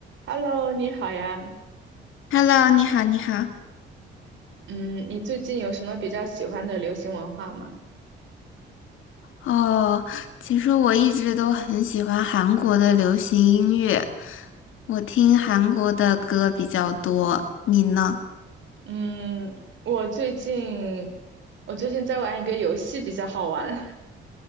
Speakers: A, on the right; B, on the left.
A: Hello，你好呀。
B: Hello，你好，你好。
A: 嗯，你最近有什么比较喜欢的流行文化吗？
B: 哦，其实我一直都很喜欢韩国的流行音乐，我听韩国的歌比较多。你呢？
A: 嗯，我最近我最近在玩一个游戏，比较好玩。<laughs>